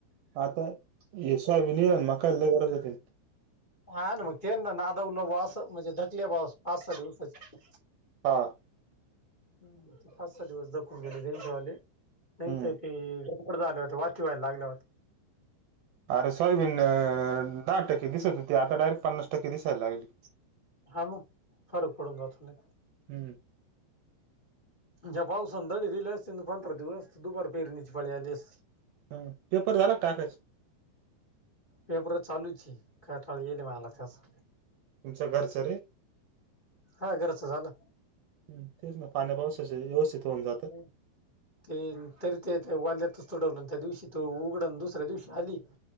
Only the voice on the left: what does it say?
हा ना मग ते ना नादवल वास म्हणजे ढकली बास पाच सहा दिवसाची.
हम् ते पाच सहा दिवस दखून गेले जच्यावाले नाहीत
ते झाले होते वाची वयला लागले होते.
हा मग फरक पडून जात ना.
ज पावसान दडी दिेली असते पंधरा दिवस दुपार पेरणीची फळी आली असते.
वेपर चालूच आहे काटा येईल मला त्यासं.
हा घरजच झालं.
हो. ते तरी ते वाल्यातच तुडवलून त्या दिवशी तो उघडून दुसऱ्या दिवशी आली.